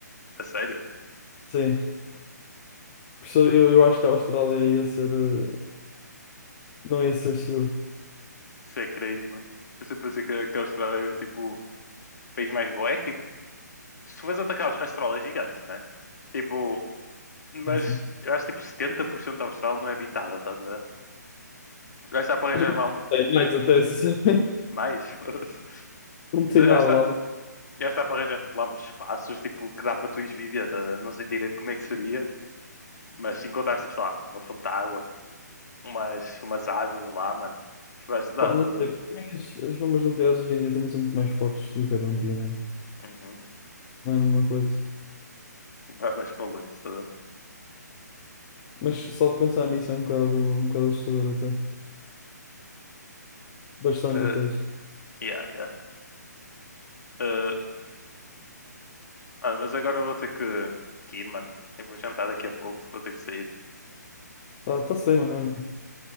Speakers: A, on the left; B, on the left.
A: a sério.
B: Sim. Por isso eu, eu acho que a Austrália ia ser, eh, não ia ser seguro.
A: Isso é crazy, mano. Eu sempre pensei que, a- que a Austrália era tipo o país mais bom. É que tipo, se tu fores atacar a Austrália é gigante, né? Tipo, mas
B: É assim.
A: eu acho que tipo 70% da Austrália não é habitada, estás a ver? Eu acho que dá para
B: Acho
A: arranjar
B: que
A: lá um
B: tem mais até, sinceramente.
A: mais. <laughs> foda-se.
B: <laughs> Não tem
A: Eu
B: nada
A: acho que
B: lá.
A: dá- eu acho que dá para arranjar tipo, lá uns espaços tipo, que dá para tu ires viver. estás a ver? Não sei direito como é que seria, mas se encontrares tipo, sei lá, uma fonte de água, umas, umas árvores lá, mano. Vais, dá,
B: Pá, não
A: estás
B: tem.
A: a ver?
B: Também as, as bombas nucleares hoje em dia também são muito mais fortes do que eram antigamente.
A: Uhum.
B: Não é a mesma coisa.
A: Vai- Vais para longe, estás a ver?
B: Mas só de pensar nisso é um bocado, um bocado assustador até. Bastante
A: Eh,
B: até.
A: yeah, yeah. Eh, Ah, mas agora eu vou ter que, que ir, mano. Eu vou jantar daqui a pouco, vou ter que sair.
B: Tá, tá-se bem, mano. Olha.